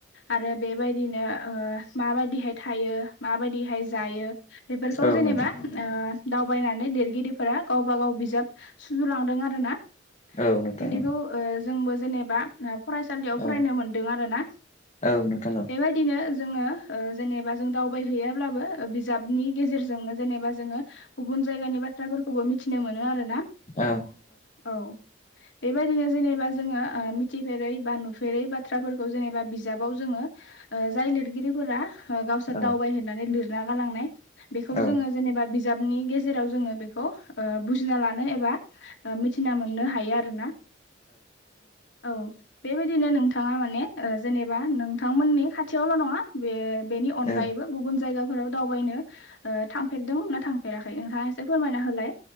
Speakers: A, on the left (about 75°); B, on the left (about 35°).
A: आरो बेबायदिनो ओ माबायदिहाय थायो। माबायदिहाय जायो बेफोरखौ
B: औ
A: जेनेबा
B: नोंथां
A: ओ दावबायनानै लिरगिरिफोरा गावबा गाव बिजाब सुजुलांदों आरोना
B: औ नोंथां
A: बिदि थ' ओ जोंबो जेनेबा फरायसालियाव
B: औ
A: फरायनो मोनदों आरोना।
B: औ नोंथां औ
A: बेबायदिनो जोङो ओ जेनेबा जों दावबायहैयाब्लाबो। बिजाबनि गेजेरजोंनो जेनेबा जोङो गुबुन जायगानि बाथ्राफोरखौबो मिथि <unintelligible> मोनो आरोना
B: औ
A: औ। बेबायदिनो जेनेबा जोङो ओ मिथिफेरै बा नुफेरै बाथ्राफोर <unintelligible> जेनेबा बिजाबाव जोङो। ओ जाय लिरगिरिफोरा ओ गावसोर
B: औ
A: दावबाय होननानै लिरना गालांनाय। बेखौ
B: औ नोंथां औ नोंथां औ
A: जोङो जेनेबा बिजाबनि गेजेराव जोङो से <unintelligible> ओ बुजिना लानो एबा ओ मिथिना मोननो हायो आरोना। औ, बेबायदिनो नोंथाङा माने ओ जेनेबा नोंथांमोननि खाथियावल' नङा बे-बेनि अनगायैबो
B: औ
A: गुबुन जायगाफोराव दावबायनो ओ थांफेरदोंमोन ना थांफेराखै? नोंथाङा एसे फोरमायना होलाय।